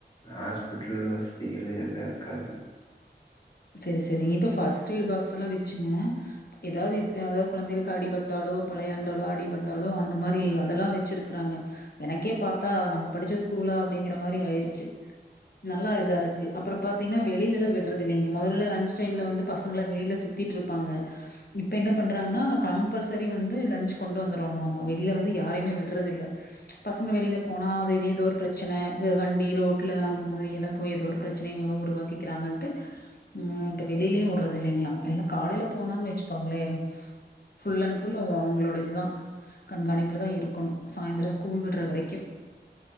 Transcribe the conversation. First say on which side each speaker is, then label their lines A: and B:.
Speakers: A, on the left; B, on the left.
A: ஹாஸ்பிட்டல் வசதிகள்லா எல்லா இருக்காது
B: சேரி சேரிங்க இப்ப ஃபஸ்ட் எய்ட் பாக்ஸெல்லா வெச்சுங்க எதாவ்து இத் எதாவ்து கொழந்தைகளுக்கு ஆடிபட்டாலோ வெளையாண்டாலோ ஆடிபட்டாலோ அந்த மாதிரி அதெல்லா வெச்சிருக்கறாங்க எனக்கே பாத்தா நம்ம படிச்ச ஸ்கூலா அப்டிங்கிற மாரி ஆயிருச்சு நல்லா இதா இருக்கு அப்பற பாத்தீங்னா வெளிலலா விட்றது இல்லைங்க மொதல்ல லஞ்ச் டைம்ல வந்து பசங்களா வெளில சுத்திட்ருப்பாங்க இப்ப என்ன பண்றாங்கனா கம்பல்சரி வந்து லஞ்ச் கொண்டு வந்துரணுமாம்மா வெளிய வந்து யாரையுமே விட்றதில்ல பசங்க வெளில போனா அது இது எதோ ஒரு பிரச்சன வ வண்டி ரோட்ல அந்த ‌மாரியெல்லா போய் எதோ ஒரு பிரச் ச்சனைய உருவாக்கிக்கிறாங்கன்ட்டு ம் இப்ப வெளிலயு விட்றதில்லைங்ளா என்ன காலைல போனாங்கனு வச்சுக்கோங்களே ஃபுல் அண்ட் ஃபுல் அது அவ்ங்களோட இதுதா கண்காணிப்புலதா இருக்கணு சாய்ந்தர ஸ்கூல் விட்ற வரைக்கு